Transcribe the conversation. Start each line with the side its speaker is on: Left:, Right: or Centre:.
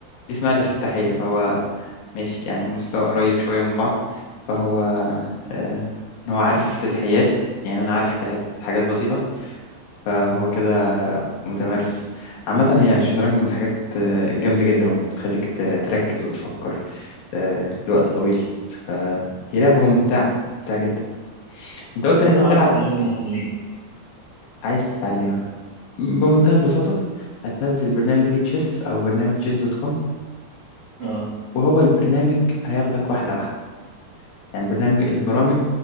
Left: دي اسمها الافتتاحية فهو ماشي يعني مستوى قريب شوية من بعض فهو آه إن هو عارف افتتاحيات يعني أنا عارف افتتاحيات حاجات بسيطة فهو كده متمرس عامة هي الشطرنج من الحاجات آه، جامدة جدا وبتخليك ت- تركز وتفكر آه، لوقت طويل فهي لعبة ممتعة ممتعة جدا أنت قلت
Right: طب
Left: إن
Right: انا
Left: أنت
Right: لو
Left: بتلعب
Right: عايز اتعلمها هعمل ايه
Left: عايز تتعلمها بمنتهى البساطة هتنزل برنامج ليه تشيس أو برنامج تشيس دوت كوم
Right: اه
Left: وهو البرنامج هياخدك واحدة واحدة يعني البرنامج البرامج